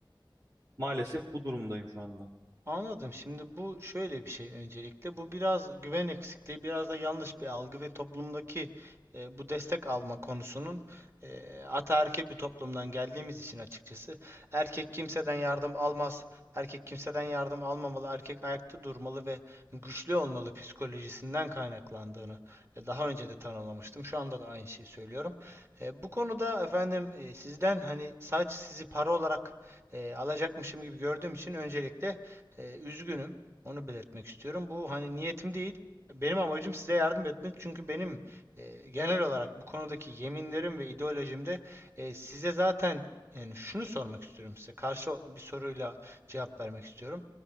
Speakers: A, on the right (about 50°); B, on the right (about 30°).
A: maalesef bu durumdayım şu anda.
B: Anladım. Şimdi bu şöyle bir şey öncelikle. Bu biraz güven eksikliği, biraz da yanlış bir algı ve toplumdaki e, bu destek alma konusunun e, ataerkil bir toplumdan geldiğimiz için açıkçası. Erkek kimseden yardım almaz. Erkek kimseden yardım almamalı. Erkek ayakta durmalı ve güçlü olmalı psikolojisinden kaynaklandığını e, daha önce de tanımlamıştım. Şu anda da aynı şeyi söylüyorum. E, bu konuda efendim e, sizden hani sadece sizi para olarak e, alacakmışım gibi gördüğüm için öncelikle ee, üzgünüm. Onu belirtmek istiyorum. Bu hani niyetim değil. Benim amacım size yardım etmek. Çünkü benim e, genel olarak bu konudaki yeminlerim ve ideolojimde e, size zaten yani şunu sormak istiyorum size. Karşı bir soruyla cevap vermek istiyorum.